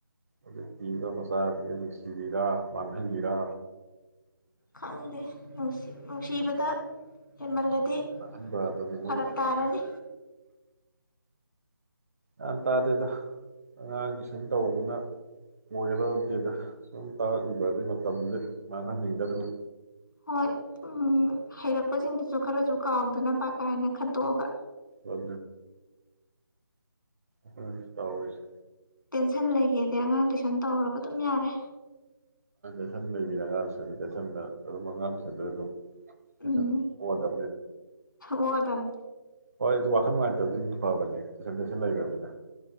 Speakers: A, on the right; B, on the left.
A: ꯑꯗꯨꯛ ꯄꯤꯕ ꯃꯆꯥꯁꯤ ꯅꯨꯡꯁꯤꯕꯤꯔ ꯃꯥꯡꯍꯟꯕꯤꯔ
B: ꯈꯪꯗꯦ ꯅꯨꯡꯁꯤ ꯅꯨꯡꯁꯤꯕꯗ ꯍꯦꯃꯜꯂ ꯗꯤ
A: ꯃꯥꯡꯍꯟꯕꯗꯅꯤ ꯃꯣꯏ
B: ꯐꯔꯛ ꯇꯥꯔꯅꯤ
A: ꯭ꯌꯥꯟ ꯇꯥꯗꯦꯗ ꯑꯉꯥꯡꯗꯨ ꯁꯨꯝ ꯇꯧꯕꯅ ꯑꯣꯏꯒꯔꯗꯤꯦꯗ ꯁꯨꯝ ꯇꯥꯛꯔꯛꯂꯤꯕ ꯑꯗꯨꯒꯤ ꯃꯇꯝꯁꯦ ꯃꯥꯡꯍꯟꯅꯤꯡꯗꯗꯅ
B: ꯍꯣꯏ ꯎꯝ ꯍꯩꯔꯛꯄꯁꯤꯡꯗꯨꯁꯨ ꯈꯔꯁꯨ ꯀꯥꯎꯗꯅꯕ ꯀꯥꯏꯅ ꯈꯟꯇꯣꯛꯑꯒ
A: ꯍ ꯍ ꯇꯑꯣꯁ
B: ꯇꯦꯟꯁꯟ ꯂꯩꯒꯦꯗꯤ ꯑꯉꯥꯡ ꯇꯨꯏꯁꯟ ꯇꯧꯔꯒ ꯑꯗꯨꯝ ꯌꯥꯔꯦ
A: ꯦꯊꯟ ꯂꯩꯕꯤꯔꯦ ꯑꯉꯥꯡꯁꯤꯡ ꯂꯩꯊꯗ ꯑꯗꯨꯝ ꯑꯉꯥꯡꯁꯤꯡ ꯑꯗꯨꯝ ꯍ
B: ꯎꯝ
A: ꯂ
B: ꯑꯣꯛꯑꯗꯕꯅꯤ
A: ꯍꯣꯏ ꯑꯗꯨ ꯋꯥꯈꯜ ꯅꯨꯡꯉꯥꯏꯇꯕꯗꯤ ꯑꯗꯨ ꯐꯕꯅꯦ ꯇꯨꯏꯁꯟ ꯇꯨꯏꯁꯟ ꯂꯩꯈ꯭ꯔꯕꯅꯤ